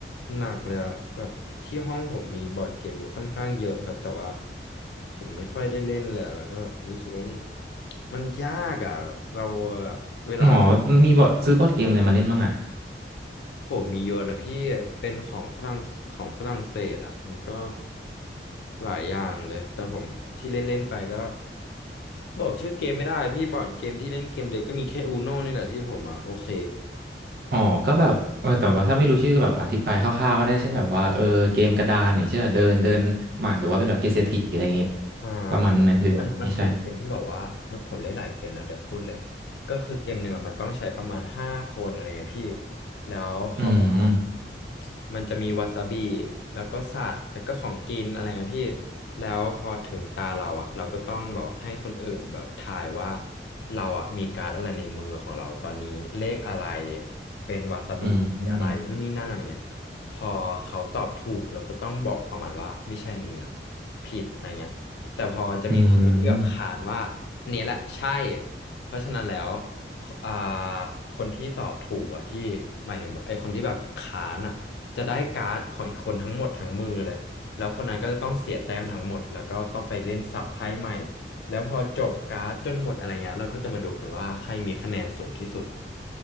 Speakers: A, on the left (about 70°); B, on the right (about 55°).
A: หนักเลยอะแบบที่ห้องผมมีบอร์ดเกมอยู่ค่อนข้างเยอะครับแต่ว่าผมไม่ค่อยได้เล่นเลยอะแล้วก็รู้สึกว่ามันมันยากอะเราอะเวลา
B: อ๋อมีบอร์ดซื้อบอร์ดเกมอะไรมาเล่นบ้างอ่ะ
A: ผมมีโยนนะพี่เป็นของฝรั่งของฝรั่งเศสอะมันก็หลายอย่างเลยแต่ผมที่เล่นเล่นไปก็บอกชื่อเกมไม่ได้พี่บอร์ดเกมที่เล่นเกมเดียวก็มีแค่อูโน่นี่แหละที่ผมอะโอเค
B: อ๋อก็แบบเออแต่ว่าถ้าไม่รู้ชื่อก็แบบอธิบายคร่าวๆก็ได้เช่นแบบว่าเออเกมกระดานอย่างเช่นแบบเดินเดินหมากหรือว่าเป็นแบบเกมเศรษฐีอะไรอย่างเงี้ย
A: อ่าโอเคมันมันเป็นเกมที่แบบว่ามันผมเล่นหลายเกมนะเดี๋ยวพูดเลย
B: ประมาณนั้นไหมหรือว่าไม่ใช่
A: ก็คือเกมหนึ่งอ่ะมันต้องใช้ประมาณห้าคนอะไรเงี้ยพี่แล้วพอแบบว่า
B: อืม
A: มันจะมีวาซาบิแล้วก็สัตว์แล้วก็ของกินอะไรเงี้ยพี่แล้วพอถึงตาเราอ่ะเราก็ต้องแบบให้คนอื่นแบบทายว่าเราอ่ะมีการ์ดอะไรในมือของเราตอนนี้เลขอะไรเป็นวาซาบิอะไรนู่นนี่นั่นอะไรเงี้ยพอเขาตอบถูกเราก็ต้องบอกประมาณว่าไม่ใช่นี้นะ
B: อืมอืม
A: ผิดอะไรเงี้ย แต่พอจะมีคนหนึ่งที่แบบขานว่าอันนี้แหละใช่
B: อืม
A: เพราะฉะนั้นแล้วอ่าคนที่ตอบถูกอ่ะพี่หมายถึงไอ้คนที่แบบขานอ่ะจะได้การ์ดของอีกคนทั้งหมดทั้งมือเลยแล้วคนนั้นก็จะต้องเสียแต้มทั้งหมดแล้วก็ต้องไปเล่นสับไพ่ใหม่แล้วพอจบการ์ดจนหมดอะไรเงี้ยเราก็จะมาดูกันว่าใครมีคะแนนสูงที่สุด